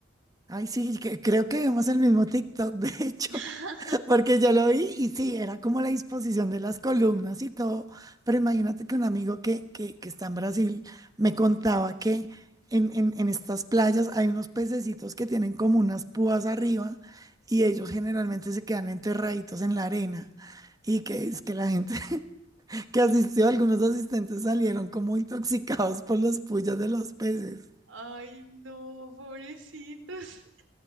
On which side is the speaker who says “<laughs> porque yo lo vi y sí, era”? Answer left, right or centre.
Right